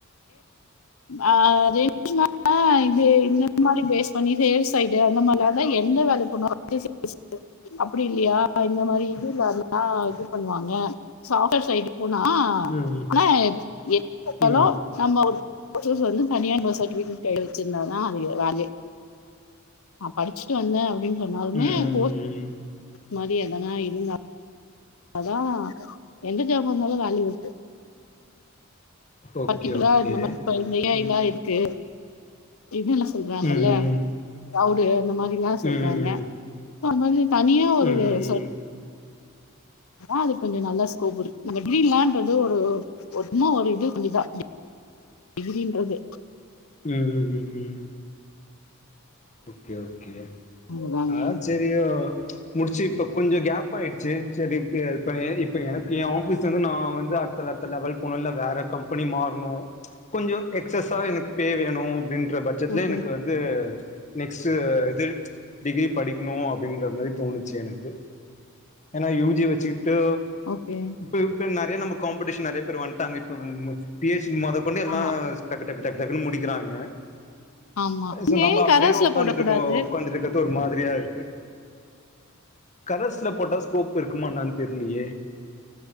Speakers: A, on the left; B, on the left.
A: ஆ ரெண் ஆ இது இந்த மாரி பேஸ் பண்ணி சேல்ஸ் சைடு அந்த மார்லாருந்தா எந்த வேல பண்ணுவா <inaudible> அப்டி இல்லையா இந்த மாரி இதுல்ல இருந்தா இது பண்ணுவாங்க சாஃப்ட்வேர் சைடு போனா
B: ம் ம்
A: ஆனா எப் எப்ப பாத்தாலு
B: ம்
A: நம்ம ஒரு ஃபஸ்ட் ஃபஸ்ட்டு வந்து தனியா நம்ம சர்டிஃபிகேட்டுன் கைல வச்சிருந்தா தா அது எ ராங்கே நா படிச்சுட்டு வந்தே அப்டின் சொன்னாலுமே
B: ம் ம் ம்
A: போர்
B: ம்
A: மாரி எதனா இருந்தா அதா‌ எந்த ஜாப் வந்தாலு வேல்யூ இருக்கு
B: ஓகே
A: பர்ட்டிகுலரா
B: ஓகே
A: இந்த மாரி பை <unintelligible>
B: ம்
A: இருக்கு கு இது என்ன சொல்றாங்கல்ல
B: ம் ம் ம் ம் ம் ம் ம்
A: கவுடு அந்த மாரி இன்னா
B: ம்
A: சொல்றாங்க ப்பா அந்த மாரி தனியா ஒரு
B: ம்
A: அ சொல் அது கொஞ்ச நல்லா ஸ்கோப் இருக்கு இந்த ட்ரீம்லான்றது ஒரு ஒரு சும்மா ஒரு இது <unintelligible> டிகிரின்றது
B: ம் ம் ம் ஓகே ஓகே
A: அதுதாங்க
B: அதா சேரி ஐயோ முடிச்சு இப்ப கொஞ்ச கேப் ஆயிடுச்சு சேரின்டு இப்பவே இப்ப எனக் ஏ ஆஃபிஸ் வந்து நா வந்து அடுத்தல அத்த லெவல் போனு இல்ல வேற கம்பெனி மாறணு கொஞ்ஜோ எக்ஸஸ் எனக்கு பே வேணு. அப்படின்ற பட்ஜெடல
A: ஓகே
B: எனக்கு வந்து நெக்ஸ்ட்டு இது டிகிரி படிக்கணு அப்படின்ற மாரி தோணுச்சு எனக்கு ஏன்னா யூ ஜி வச்சுட்டு
A: ஓகே
B: இப்ப இப்ப நெறைய நம்ம காம்படிஷன் நெறைய பேர் வந்ட்டாங்க இப்ப பி ஹெச் டி மொத கொண்டு எல்லா
A: ஆமா
B: டக்கு டக்கு டக்கு டக்கு முடிக்கிறாங்க
A: ஆமா நீங்க
B: சோ நம்ப
A: ஏ
B: அப்படியே
A: கரஸ்ல
B: ஒக்ந்துட்ருக்கோ
A: போடக்கூடாது
B: ஒக்காந்திரு ஒரு மாதிரியா இருக்கு கரஸ்ல போட்டா ஸ்கோப் இருக்குமா என்னான்னு தெரிலயே